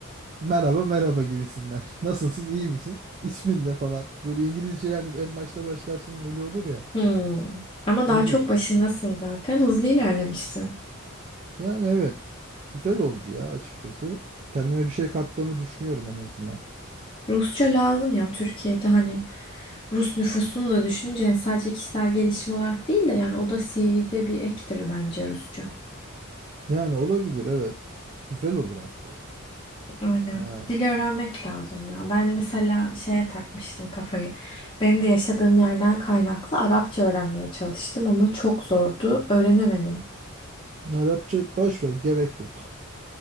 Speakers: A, on the right; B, on the left.
A: merhaba merhaba gibisinden <laughs> nasılsın iyi misin ismin ne falan böyle İngilizce yani en başta başlarsın öyle olur ya
B: Hmm. Ama
A: o
B: daha
A: gibi
B: çok başındasın zaten. Hızlı ilerlemişsin.
A: yani evet güzel oldu ya açıkçası kendime bir şey kattığımı düşünüyorum en azından
B: Rusça lazım ya Türkiye'de hani Rus nüfusunu da düşününce hani sadece kişisel gelişim olarak değil de yani o da CV'de bir ektir bence Rusça.
A: yani olabilir evet güzel olur hatta
B: Aynen.
A: yani
B: Dil öğrenmek lazım ya. Ben mesela şeye takmıştım kafayı. Benim de yaşadığım yerden kaynaklı Arapça öğrenmeye çalıştım ama çok zordu. Öğrenemedim.
A: Arapça boş ver gerek yok